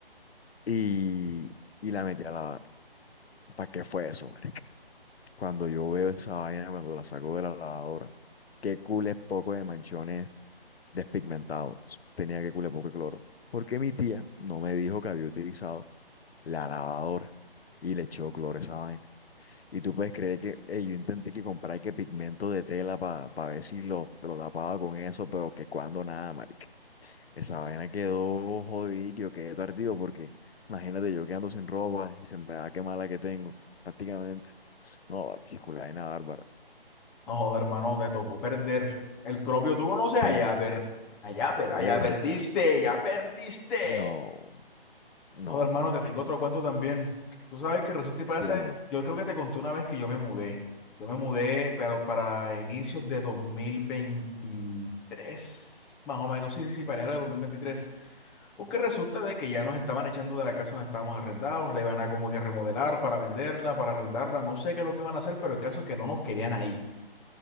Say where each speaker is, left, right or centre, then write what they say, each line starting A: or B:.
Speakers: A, on the left; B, in the centre.
A: Y, y la metí a lavar. ¿Para qué fue eso, marica? Cuando yo veo esa vaina, cuando la saco de la lavadora, qué cules poco de manchones despigmentados. Tenía que culiar poco de cloro. Porque mi tía no me dijo que había utilizado la lavadora y le echó cloro a esa vaina. Y tú puedes creer que ey, yo intenté que comprar que pigmento de tela para ver si lo, lo tapaba con eso, pero que cuando nada, marica. Esa vaina quedó jodido, yo quedé tardío porque imagínate yo quedando sin ropa y se me va a quemar la que tengo, prácticamente. No, papi, culo, vaina bárbara.
B: No joda, hermano, te tocó perder. El propio, tú conoces
A: Sí,
B: a Yapper.
A: marica.
B: A Yapper, a
A: Herda.
B: ya perdiste, ya perdiste.
A: No, no,
B: Joda, hermano,
A: papi.
B: te tengo otro cuento también. Tú sabes que resulta y pasa,
A: Tíramelo.
B: yo creo que te conté una vez que yo me mudé. Yo me mudé, pero para inicios de 2023 más o menos, sí, sí, sí, para enero de dos mil veintitrés Porque resulta de que ya nos estaban echando de la casa donde estábamos arrendados, la iban a como que remodelar para venderla, para arrendarla, no sé qué es lo que van a hacer, pero el caso es que no nos querían ahí.